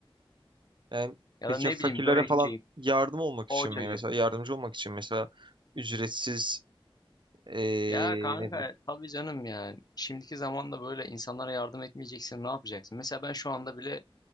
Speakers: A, on the right; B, on the left.
A: Yani
B: Ya
A: peki
B: da ne
A: ya
B: bileyim
A: fakirlere
B: börekçi,
A: falan yardım olmak
B: poğaçacı.
A: için mi? Mesela yardımcı olmak için mesela ücretsiz Ee,
B: Ya kanka
A: ne bileyim
B: tabii canım ya. Şimdiki zamanda böyle insanlara yardım etmeyeceksin ne yapacaksın? Mesela ben şu anda bile